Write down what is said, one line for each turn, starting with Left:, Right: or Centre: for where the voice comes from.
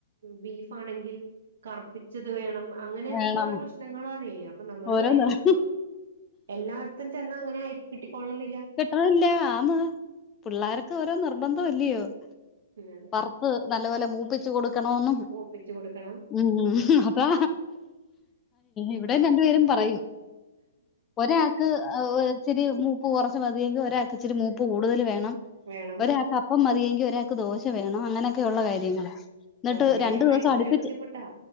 Right: ബീഫാണെങ്കിൽ കറുപ്പിച്ചത് വേണം അങ്ങനെയൊക്കെ
Left: വേണം
Right: ഓരോ പ്ര ശ്നങ്ങളാണേ അപ്പൊ നമ്മള്
Left: ഓരോ
Right: പറയും
Left: നിർ-
Right: ഇതിപ്പോ എല്ലായിടത്തും ചെന്നാ അങ്ങനെ ആയി കിട്ടിക്കൊള്ളണമെന്നില്ല.
Left: കിട്ടണില്ല ആന്ന് പിള്ളേർക്ക് ഓരോ നിർബന്ധം അല്ല്യയോ
Right: പിന്നെ അതെ
Left: കറുപ്പ് നല്ലപോലെ മൂപ്പിച്ച് കൊടു ക്കണോന്നും
Right: ഒപ്പിച്ചു കൊടുക്കണം.
Left: ഉം അപ്പോ ഇവിടെയും രണ്ട് പേരും പ റയും ഒരാൾക്ക് ഇച്ചിരി മൂപ്പ് കൊറച്ച് മതിയെങ്കി ഒരാൾക്ക് ഇച്ചിരി മൂപ്പ് കൂടുതൽ വേണം,
Right: വേണം.
Left: ഒരാക്ക് അപ്പം മതിയെങ്കി ങ്കി ഒരാക്ക് ദോശ വേണം, അങ്ങനെയൊക്കെയുള്ള കാര്യങ്ങളാ. ഇന്നിട്ട്
Right: അങ്ങനെയായാ
Left: രണ്ടു ദിവസം
Right: ഭയങ്കര
Left: അടുപ്പിച്ച്
Right: ബുദ്ധിമുട്ടാ.